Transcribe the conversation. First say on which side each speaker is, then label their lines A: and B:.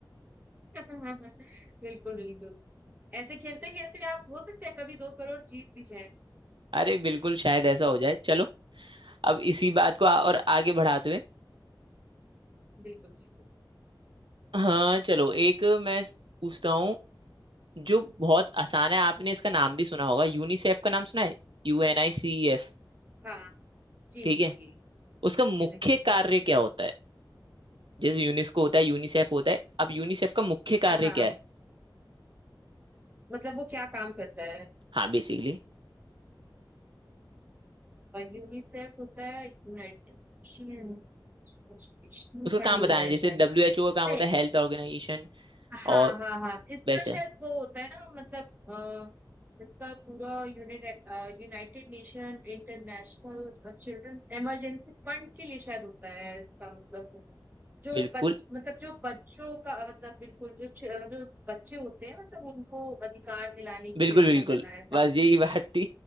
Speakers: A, on the right; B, on the right.
A: <laughs> बिल्कुल बिल्कुल ऐसे खेलते खेलते आप हो सकते हैं कभी दो करोड़ जीत भी जाए
B: अरे बिल्कुल शायद ऐसा हो जाए चलो अब इसी बात को आ,
A: ठीक
B: और आगे
A: है
B: बढ़ाते हुए
A: बिल्कुल बिल्कुल
B: हाँ चलो एक मैं पूछता हूँ जो बहुत आसान है आपने इसका नाम भी सुना होगा यूनिसेफ का नाम सुना है U N I C F
A: हाँ जी
B: ठीक
A: जी
B: है
A: जी
B: उसका मुख्य
A: यूनिसेफ
B: कार्य
A: हाँ
B: क्या होता है जैसे यूनेस्को होता है यूनिसेफ होता है अब यूनिसेफ का मुख्य
A: हाँ
B: कार्य
A: हाँ
B: क्या है
A: मतलब वो क्या काम करता है
B: हाँ बेसिकली
A: यूनिसेफ होता है यूनाइटेड नेशन फंड
B: उसका काम
A: होता
B: बताना है
A: है
B: जैसे
A: शायद
B: डब्ल्यू एच ओ का काम
A: नहीं
B: होता है हेल्थ ऑर्गेनाइजेशन
A: हाँ
B: और
A: हाँ हाँ इसका
B: वैसे
A: शायद वो होता है ना मतलब अ, इसका पूरा unit United Nation International Children's Emergency Fund के लिए शायद होता है इसका मतलब जो
B: बिल्कुल
A: बच मतलब जो बच्चों का मतलब बिल्कुल जो च- जो बच्चे होते हैं मतलब उनको अधिकार दिलाने
B: बिल्कुल
A: की रक्षा
B: बिल्कुल
A: करना है, ऐसा
B: बस
A: कुछ
B: यही
A: नहीं
B: बात थी